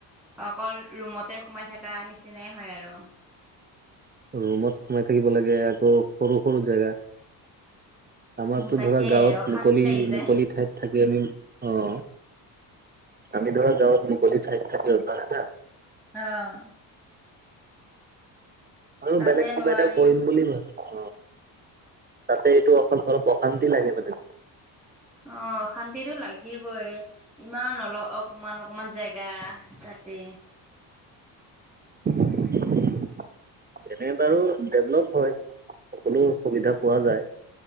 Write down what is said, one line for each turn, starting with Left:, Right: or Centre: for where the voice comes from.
Centre: অকল ৰুমতে সোমাই থকা নিচিনাই হয় আৰু
Right: ৰুমত সোমাই থাকিব লাগে আকৌ সৰু সৰু জেগা আমাৰতো
Centre: তাকে
Right: ধৰা গাঁৱত
Centre: অশান্তি
Right: মুকলি
Centre: লাগি যায়
Right: মুকলি ঠাইত থাকি আমি অঁ আমি ধৰা গাওঁত মুকলি ঠাইত থাকি অভ্যাস না
Centre: আহ
Right: আৰু
Centre: তাতে
Right: বেলেগ কিবা
Centre: নোৱাৰি।
Right: এটা কৰিম বুলি ধৰ অঁ তাতে এইটো অকল অলপ অশান্তি লাগে মানে
Centre: অঁ অশান্তিটো লাগিবই ইমান অল অকমান অকমান জেগা তাতে
Right: <inaudible> এনে বাৰু ডেভলপ হয় সকলো সুবিধা পোৱা যায়